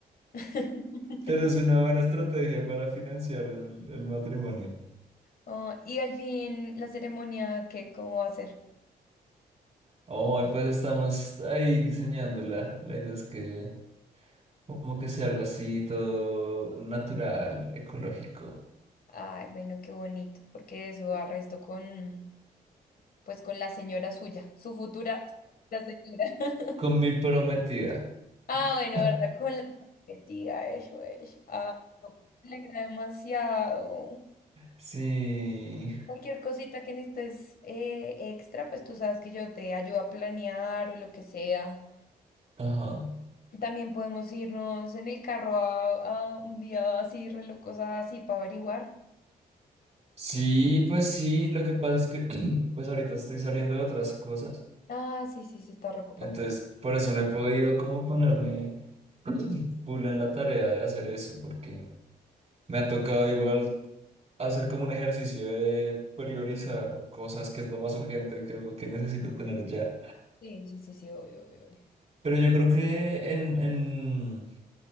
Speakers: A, on the left; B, on the right.
A: <laughs>
B: Pero es una buena estrategia para financiar el, el matrimonio.
A: Oh, y al fin, la ceremonia, ¿qué, cómo va a ser?
B: Oh, pues estamos ahí diseñándola. La idea es que Como que sea algo así todo natural, ecológico.
A: Ay, bueno, qué bonito, porque eso arresto con, pues, con la señora suya, su futura la señora. <laughs>
B: Con mi prometida.
A: Ah, bueno,
B: <laughs>
A: ¿verdad? Con la <laughs> tía, eso es. Ah, me alegra demasiado.
B: Sí.
A: Cualquier cosita que necesites eh, extra, pues tú sabes que yo te ayudo a planear o lo que sea.
B: Ajá.
A: También podemos irnos en el carro a, a un día así, re locos así, para averiguar.
B: Sí, pues sí, lo que pasa es que <clears throat> pues ahorita estoy saliendo de otras cosas.
A: Ah, sí, sí, sí, está reocupado.
B: Entonces, por eso no he podido como ponerme <clears throat> full en la tarea de hacer eso, porque me ha tocado igual hacer como un ejercicio de priorizar cosas que es lo más urgente, que es lo que necesito tener ya.
A: Sí, sí, sí, sí, obvio, obvio, obvio.
B: Pero yo creo que en, en,